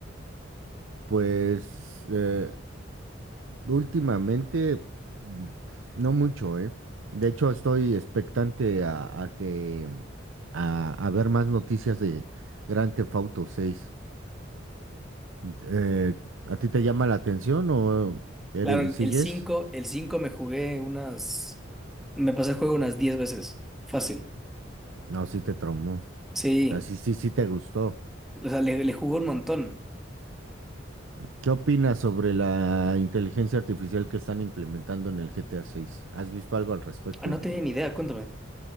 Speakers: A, on the right; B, in the centre.
A: Pues eh, últimamente mm, no mucho, ¿eh? De hecho, estoy expectante a a que a, a ver más noticias de Grand Theft Auto 6. Eh, ¿a ti te llama la atención o eres-
B: Claro,
A: sigues?
B: el cinco el cinco me jugué unas, me pasé el juego unas 10 veces. Fácil.
A: No, sí te traumó.
B: Sí,
A: O sea, sí, sí, sí te gustó.
B: o sea, le, le jugué un montón.
A: ¿Qué opinas sobre la inteligencia artificial que están implementando en el GTA 6? ¿Has visto algo al respecto?
B: Ah, No tenía ni idea, cuéntame.